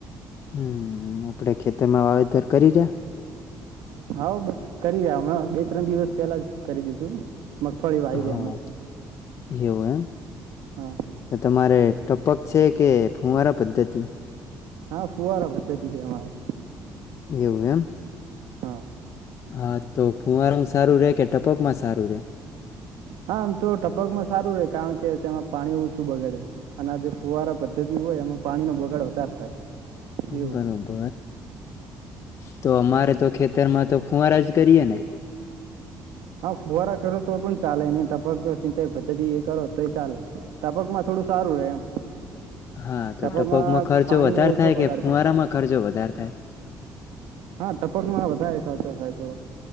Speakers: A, on the left; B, on the right.
A: હમ આપણેે ખેતરમાં વાવેતર કરી રહ્યા
B: હા બસ કરી રહ્યા હમણાં બે ત્રણ દિવસ પેલા જ કરી દીધું મગફળી વાવી છે
A: હા
B: અમે
A: એવું
B: હા
A: એમ તમારે ટપક છે કે ફૂવારા પદ્ધતિ?
B: હા ફુવારા પદ્ધતિ છે અમારે.
A: એવું એમ
B: હા
A: હા તો ફૂવારો સારું રે કે ટપકમાં સારું રે?
B: હા આમ તો ટપકમાં સારું રહેે કારણ કે તેમાં પાણી ઓછું બગાડે અને આ જે ફુવારા પદ્ધતિ હોય એમાં પાણી નો બગાડ વધારે થાય. એવું
A: બરોબર. તો અમારે તો ખેતરમાં તો ફૂવારા જ કરીએ ને?
B: હા ફુવારા કરો તો પણ ચાલે અને ટપક સિંચાઈ પદ્ધતિ એ કરો તો ચાલે. ટપકમાં થોડું સારું રહે એમ.
A: હા
B: ટપકમાં
A: તો ટપોકમાં ખર્ચો
B: પાણીનો
A: વધારે
B: ઓછો
A: થાય
B: બગાડ
A: કે ફુવારામાં ખર્ચો વધારે થાય?
B: હા ટપક માં વધારે. સાચો સાહે થોડો.